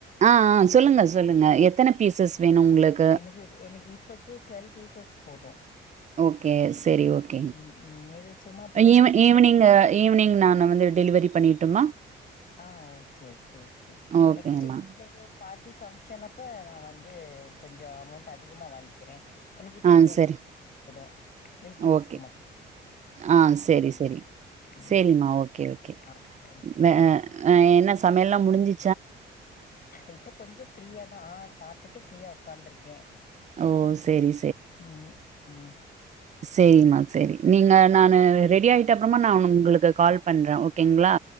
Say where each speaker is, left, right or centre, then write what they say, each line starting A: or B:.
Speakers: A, on the right; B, on the left.
A: ஆ ஆ சொல்லுங்க சொல்லுங்க எத்தன பீசஸ் வேணு உங்களுக்கு
B: எனக்கு எனக்கு இப்பக்கு டுவெல் பீசஸ் போது
A: ஓகே செரி ஓகேங்க
B: ம் ம் இது சும்மா பிள்ளைங்களுக்கு
A: ஈவ்
B: வீட்ல
A: ஈவினிங்
B: குடு
A: ஈவினிங் நானு வந்து டெலிவரி பண்ணிட்டுமா
B: ஆ ஓகே ஓகே ஓகே
A: ஓகேமா
B: நெக்ஸ்ட் வீட்ல ஏதோ பார்ட்டி ஃபங்க்ஷனப்ப நா வந்து கொஞ்சோ அமௌண்ட் அதிகமா வாங்க்கிறே எனக்கு இப்ப
A: ஆ
B: டுவெல்து
A: சரி
B: போது வீட்டு யூஸ்க்கு
A: ஓகே
B: மட்டு
A: ஆ செரி செரி
B: ம்
A: செரிங்மா ஓகே ஓகே
B: ஆ தேங்க்யூ
A: ந அ ஆ என்ன சமையல்லா முடிஞ்சி
B: இப்ப கொஞ்சோ ஃப்ரீயாதா சாப்டுட்டு ஃப்ரீயா உக்காந்துருக்கே
A: ஓ சேரி
B: உம் உம்
A: சேரிங்மா சேரி நீங்க நானு ரெடி ஆயிட்ட அப்றமா நானு உங்களுக்கு கால் பண்றே ஓகேங்ளா